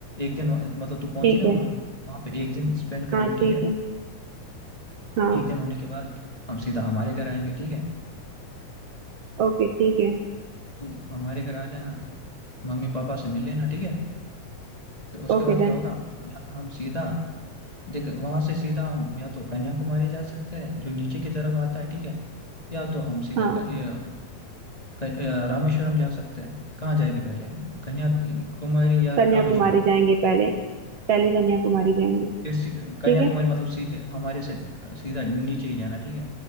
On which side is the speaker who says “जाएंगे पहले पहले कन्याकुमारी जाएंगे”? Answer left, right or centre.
Right